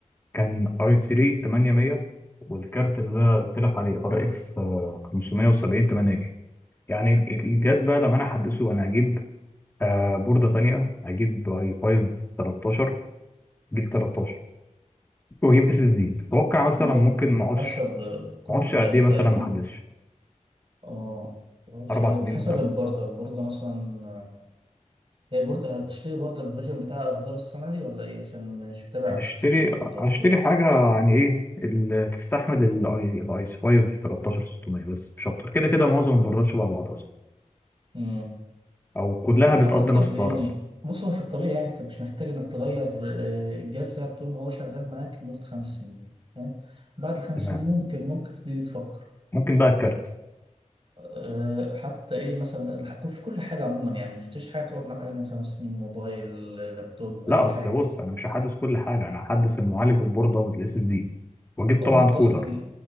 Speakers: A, on the left; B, on the right.
A: كان اي 3 800 والكارت اللي أنا قلت لك عليه ار اكس 570 8 جيجا يعني الجهاز بقى لما انا احدثه انا هجيب آه، بوردة تانية هجيب اي 5 13 جيل 13 واجيب اس اس دي اتوقع مثلا
B: ما هو
A: ممكن ما اقعدش
B: حسب كل
A: ما اقعدش قد ايه مثلا
B: تقريبا
A: ما احدثش
B: اه معرفش،
A: اربع
B: بحسب
A: سنين مثلا
B: البوردة البوردة مثلا هي برضه هتشتري برضه الفيرجن بتاعها اصدار السنه دي ولا ايه عشان مش متابع بصحه
A: هشتري
B: البوردات
A: هشتري
B: وكده
A: حاجه يعني ايه اللي تستحمل الاي الايس 5 13 600 بس مش اكتر كده كده معظم البوردات شبه بعض اصلا
B: امم
A: او كلها بتقضي
B: اعتقد
A: نفس
B: يعني
A: الغرض
B: بص هو في الطبيعي يعني انت مش محتاج انك تغير آه، الجهاز بتاعك طول ما هو شغال معاك لمده خمس سنين فاهم بعد الخمس
A: تمام
B: سنين ممكن ممكن تبتدي تفكر
A: ممكن بقى الكارت
B: أه حتى ايه مثلا الح- في كل حاجه عموما يعني مش تشتريش حاجه تقعد معاك اقل من خمس سنين موبايل لابتوب اي
A: لا اصل
B: حاجه
A: بص انا مش هحدث كل حاجه انا هحدث المعالج والبورده والاس اس دي واجيب
B: اه
A: طبعا
B: انت
A: كولر
B: اصلا